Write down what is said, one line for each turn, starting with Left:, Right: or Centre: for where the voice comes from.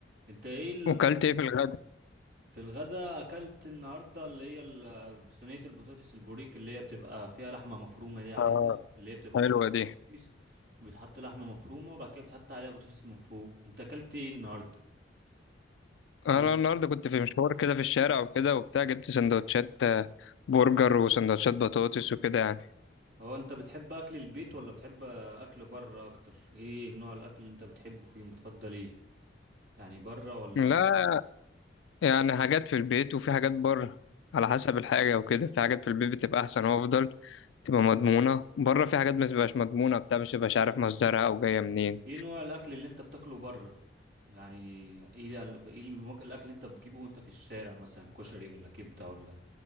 Right: انت ايه
Left: وكلت ايه في الغدا
Right: في الغدا اكلت النهارده اللي هي ال- صينيه البطاطس البوريك اللي هي بتبقى فيها لحمه مفرومه دي عارفها
Left: اه
Right: اللي هي بتبقى
Left: حلوه
Right: طبق البطاطس
Left: دي
Right: وبيتحط لحمه مفرومه وبعد كده بتحط عليها بطاطس من فوق انت اكلت ايه النهارده
Left: انا
Right: ايه ال-
Left: النهارده كنت في مشوار كده في الشارع وكده وبتاع جبت سندوتشات آه، برجر وسندوتشات بطاطس وكده يعني
Right: هو انت بتحب اكل البيت ولا بتحب اكل بره اكتر ايه نوع الاكل اللي انت بتحبه فيهم بتفضل ايه يعني بره ولا
Left: لا يعني حاجات في البيت وفي حاجات بره على حسب الحاجه وكده في حاجات في البيت بتبقى احسن وافضل تبقى مضمونه بره في حاجات ما بتبقاش مضمونه بتاع مش بتبقاش عارف مصدرها او جايه منين
Right: ايه نوع الاكل اللي انت بتاكله بره يعني ايه ايه المك- الاكل اللي انت بتجيبه وانت في الشارع مثلا كشري ولا كبده ولا